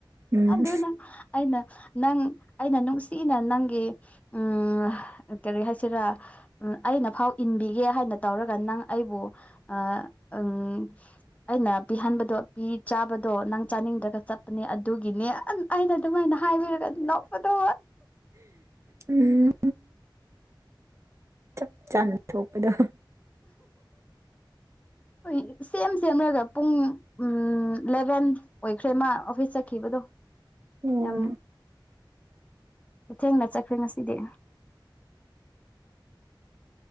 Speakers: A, on the right (about 35°); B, on the left (about 15°).
A: ꯎꯝ
B: ꯑꯗꯨꯅ ꯑꯩꯅ ꯅꯪ ꯑꯩꯅ ꯅꯨꯡ ꯁꯤꯅ ꯅꯪꯒꯤ ꯎꯝ ꯀꯔꯤ ꯍꯥꯏꯁꯤꯔꯥ ꯎꯝ ꯑꯩꯅ ꯐꯥꯎ ꯏꯟꯕꯤꯒꯦ ꯍꯥꯏꯅ ꯇꯧꯔꯒ ꯅꯪ ꯑꯩꯕꯨ ꯑ ꯎꯝ ꯑꯩꯅ ꯄꯤꯍꯟꯕꯗꯣ ꯄꯤ ꯆꯥꯕꯗꯣ ꯅꯪ ꯆꯥꯅꯤꯡꯗ꯭ꯔꯒ ꯆꯠꯄꯅꯦ ꯑꯗꯨꯒꯤꯅꯦ ꯑꯩꯅ ꯑꯗꯨꯃꯥꯏꯅ ꯍꯥꯏꯕꯤꯔꯒ ꯑꯗꯨ ꯅꯣꯛꯄꯗꯣ
A: ꯎꯝ ꯆꯞ ꯆꯥꯅ ꯊꯣꯛꯄꯗ
B: ꯍꯣꯏ ꯁꯦꯝ ꯁꯦꯝꯔꯒ ꯄꯨꯡ ꯎꯝ ꯏꯂꯚꯦꯟ ꯑꯣꯏꯈ꯭ꯔꯦꯃ ꯑꯣꯐꯤꯁ ꯆꯠꯈꯤꯕꯗꯣ
A: ꯎꯝ
B: ꯌꯥꯝ ꯊꯦꯡꯅ ꯆꯠꯈ꯭ꯔꯦ ꯉꯁꯤꯗꯤ